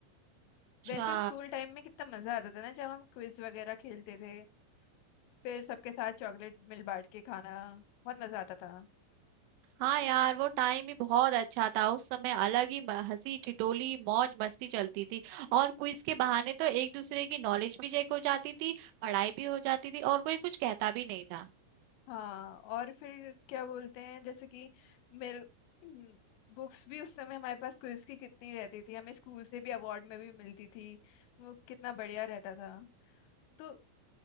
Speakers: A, on the right; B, on the left.
A: अच्छा
B: वैसे स्कूल टाइम में कितना मजा आता था ना जब हम क्विज वगैरह खेलते थे फिर सबके साथ चॉकलेट मिल बांट के खाना बहुत मजा आता था
A: हाँ यार वो टाइम भी बहुत अच्छा था उस समय अलग ही म- हंसी टिटोली मौज मस्ती चलती थी और क्विज के बहाने तो एक दूसरे की नॉलेज भी चेक हो जाती थी पढ़ाई भी हो जाती थी और कोई कुछ कहता भी नहीं था
B: हाँ और फिर क्या बोलते हैं जैसे कि मेरे हम्म, बुक्स भी उस समय हमारे पास क्विज की कितनी रहती थी हमें स्कूल से भी अवार्ड में भी मिलती थी वो कितना बढ़िया रहता था तो